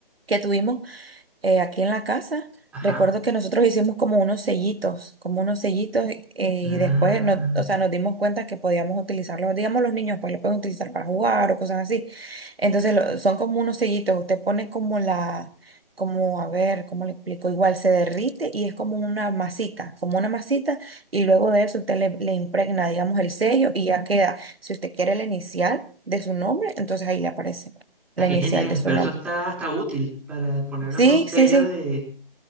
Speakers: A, on the right; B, in the centre.
A: que tuvimos, eh, aquí en la casa.
B: Ajá.
A: Recuerdo que nosotros hicimos como unos sellitos, como unos sellitos, eh, y
B: Ah,
A: después nos, o sea, nos dimos cuenta que podíamos utilizarlos. Digamos, los niños pues los pueden utilizar para jugar o cosas así. Entonces lo- son como unos sellitos. Usted pone como la, como, a ver, ¿cómo le explico? Igual se derrite y es como una masita, como una masita, y luego de eso usted le, le impregna, digamos, el sello y ya queda. Si usted quiere la inicial de su nombre, entonces ahí le aparece la
B: ah, qué
A: inicial
B: genial,
A: de su
B: pero
A: nombre.
B: eso está hasta útil para poner
A: Sí,
B: un sello
A: sí, sí.
B: de,